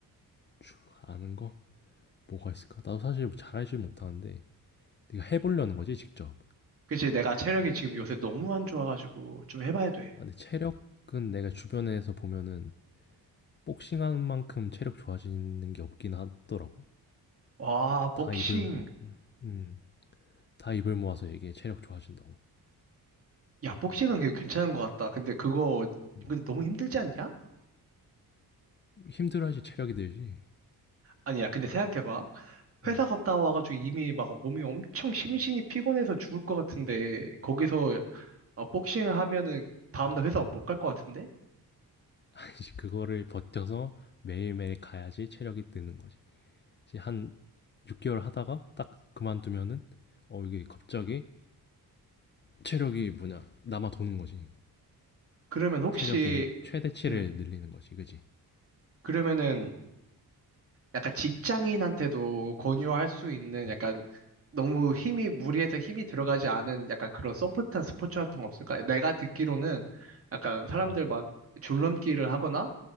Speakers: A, on the left; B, on the right.
A: 주- 아는 거 뭐가 있을까? 나도 사실 잘 알지 못하는데 네가 해보려는 거지 직접.
B: 그치, 내가 체력이 지금 요새 너무 안 좋아가지고 좀 해봐야 돼.
A: 아, 근데 체력은 내가 주변에서 보면은 복싱하는 만큼 체력 좋아지는 게 없긴 하더라고.
B: 와, 복싱.
A: 다 입을 음, 다 입을 모아서 얘기해 체력 좋아진다고.
B: 야, 복싱은 그게 괜찮은 것 같다. 근데 그거
A: 음.
B: 근데 너무 힘들지 않냐?
A: 힘들어야지 체력이 늘지.
B: 아니야, 근데 생각해봐.
A: 음.
B: 회사 갔다 와가지고 이미 막 몸이 엄청 심신이 피곤해서 죽을 것 같은데 거기서 어, 복싱을 하면은 다음날 회사 못 갈 것 같은데?
A: <laughs> 이제 그거를 버텨서 매일매일 가야지 체력이 느는 거지. 이제 한 6개월 하다가 딱 그만두면은 어 이게 갑자기 체력이 뭐냐 남아 도는 거지.
B: 그러면 혹시
A: 체력의 최대치를
B: 음
A: 늘리는 거지, 그지?
B: 그러면은 약간 직장인한테도 권유할 수 있는
A: 음,
B: 약간 너무 힘이 무리해서 힘이 들어가지 않은 약간 그런 소프트한 스포츠 같은 거 없을까? 내가 듣기로는 약간 사람들
A: 음,
B: 막 줄넘기를 하거나